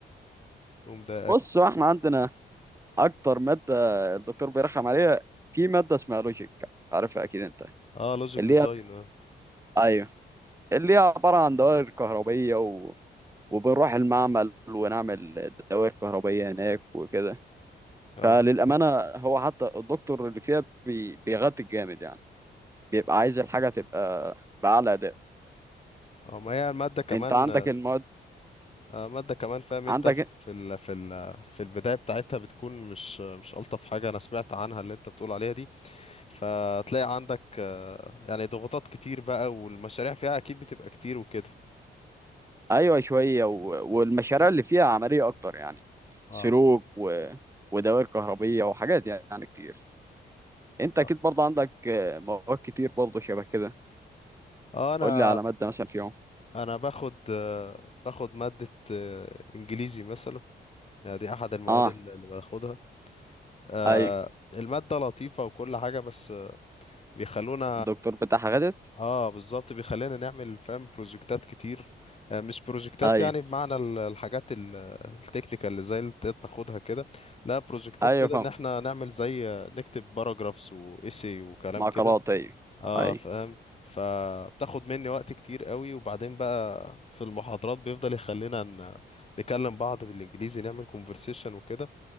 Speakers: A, on the left; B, on the right.
A: ومضايقك
B: بص هو احنا عندنا اكتر ماده الدكتور بيرخم عليها في ماده اسمها لوجيك عارفها اكيد انت
A: اه لوجيك
B: اللي
A: ديزاين
B: هي ايوه اللي هي عباره عن دوائر كهربيه و... وبنروح المعمل ونعمل دوائر كهربيه هناك وكده
A: اه
B: فللامانه هو حتى الدكتور اللي فيها بي... بيغطي جامد يعني بيبقى عايز الحاجه تبقى باعلى اداء
A: اه ما هي المادة كمان
B: انت عندك المواد
A: آه، مادة كمان فاهم انت
B: عندك
A: في ال... في ال... في البداية بتاعتها بتكون مش مش ألطف حاجة انا سمعت عنها اللي انت بتقول عليها دي فتلاقي عندك آه، يعني ضغوطات كتير بقى والمشاريع فيها اكيد بتبقى كتير وكده
B: ايوه شويه و... والمشاريع اللي فيها عمليه اكتر يعني
A: اه
B: سلوك و... ودوائر كهربيه وحاجات يعني كتير انت اكيد
A: اه
B: برضه عندك آه، مواد كتير برضه شبه كده
A: آه، انا
B: قول لي على ماده مثلا فيهم
A: انا باخد آه، باخد مادة آه، انجليزي مثلا يعني دي احد المواد
B: اه
A: اللي اللي باخدها آه،
B: ايوه
A: المادة لطيفة وكل حاجة بس آه، بيخلونا
B: الدكتور بتاعها غدت
A: اه بالظبط بيخلينا نعمل فاهم بروجكتات كتير آه، مش بروجكتات
B: ايوه
A: يعني بمعنى ال- الحاجات ال- التكنيكال اللي زي اللي انت بتاخدها كده لا بروجكتات
B: ايوه
A: كده
B: فاهم
A: ان احنا نعمل زي آه، نكتب باراجرافز وايسي وكلام
B: معقلات
A: كده
B: ايوه
A: اه
B: ايوه
A: فاهم فبتاخد مني وقت كتير قوي وبعدين بقى في المحاضرات بيفضل يخلينا ن- نكلم بعض بالانجليزي نعمل كونفرسيشن وكده